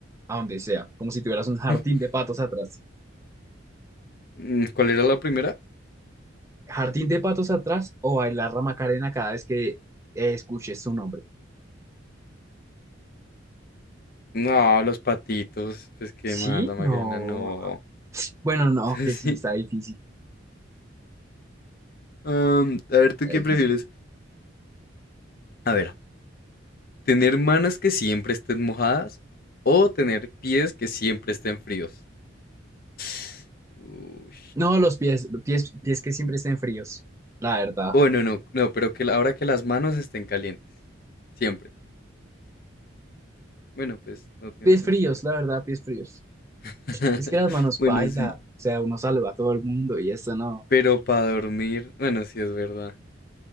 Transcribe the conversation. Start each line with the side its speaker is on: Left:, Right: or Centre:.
Right: a donde sea, como si tuvieras un jardín
Left: <laughs>
Right: de patos atrás.
Left: Mm, ¿Cuál era la primera?
Right: Jardín de patos atrás o bailar la Macarena cada vez que eh, escuches su nombre.
Left: No, los patitos. Pues qué
Right: Sí,
Left: mal, la Macarena,
Right: no.
Left: no.
Right: Bueno, no,
Left: <laughs>
Right: que
Left: Sí.
Right: sí, está difícil,
Left: Am, a ver, ¿tú
Right: está
Left: qué
Right: difícil.
Left: prefieres? A ver, ¿tener manos que siempre estén mojadas o tener pies que siempre estén fríos? <sighs> Uy.
Right: No, los pies, los pies, pies que siempre estén fríos, la verdad.
Left: Bueno, no, no, pero que la- ahora que las manos estén calientes. Siempre. Bueno, pues no tiene
Right: Pies
Left: sentido.
Right: fríos, la verdad, pies fríos.
Left: <laughs>
Right: Es que las manos
Left: Bueno,
Right: baila,
Left: sí.
Right: o sea, uno saluda a todo el mundo y esto no.
Left: Pero para dormir, bueno, sí es verdad.